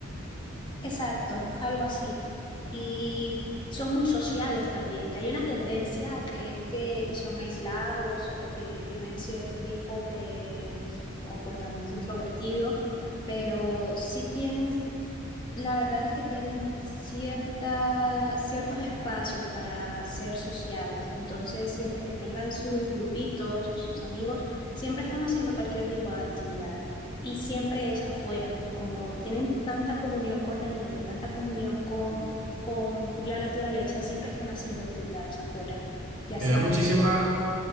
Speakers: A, on the left (about 20°); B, on the right (about 70°).
A: Exacto, algo así. Y son muy sociales también, que hay una tendencia a creer que, que son aislados o que tienen cierto tipo de comportamiento introvertido, pero sí tienen La verdad es que tienen cierta, ciertos espacios para ser sociales, entonces siempre que tengan sus grupitos o sus amigos, siempre están haciendo cualquier tipo de actividad y siempre es afuera, como tienen tanta comunión con la nieve, tanta comunión con, con la naturaleza, siempre están haciendo actividades afuera, ya
B: Me
A: sea
B: da muchísima,
A: que,